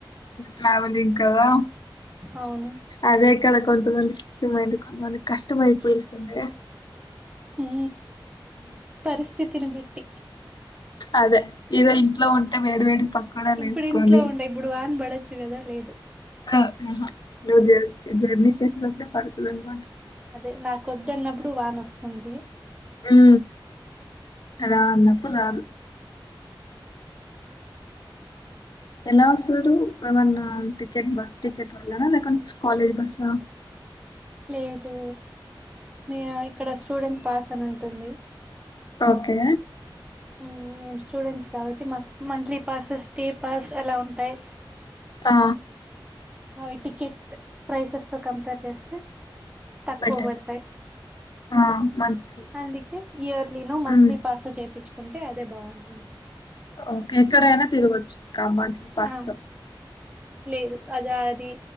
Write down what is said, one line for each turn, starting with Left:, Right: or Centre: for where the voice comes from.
Left: ట్రావెలింగ్ కదా
Right: అవును
Left: అదే కదా కొ కొందరికి కష్టమయిపోయి సంది
Right: ఉ పరిస్థితిని బట్టి
Left: అదే ఈరోజు ఇంట్లో ఉంటే వేడి వేడి పకోడాలు
Right: ఇప్పుడు
Left: వేసుకొని
Right: ఇంట్లో ఉండ ఇప్పుడు వాన్ పడొచ్చు కదా లేదు
Left: ఆహా నువ్వు జ జర్నీ చేసేటప్పుడే పడుతది అన్నమాట
Right: అదే నాకొద్దున్నప్పుడు వానొస్తుంది
Left: ఉ రా అన్నప్పుడు రాదు ఎలా వస్తారు ఏమన్నా టికెట్ బస్ టికెట్ వల్ల లేక కాలేజ్ బసా
Right: <inaudible> ఎటో మీ ఇక్కడ స్టూడెంట్ పాస్ అని ఉంటుంది
Left: ఓకే
Right: ఉ మేం స్టూడెంట్స్ కాబట్టి మాకు మంత్లీ పాసెస్ డే పాస్ ఆలా ఉంటాయి
Left: ఆ
Right: సో అవి టికెట్ ప్రైసెస్ తో కంపేర్ చేస్తే తక్కువ
Left: బెటర్
Right: పడతాయి
Left: ఆ! మంత్లీ.
Right: అందుకే ఇయర్లీ నో మంత్లీ
Left: హ్మ్.
Right: పాస్ ఓ చెపిచూకుంటే అదే బాగుంటుంది
Left: ఓకే ఎక్కడైనా తిరగొచ్చు ఇంకా మంత్లీ పాస్
Right: ఆ
Left: తో
Right: లేదు అది అది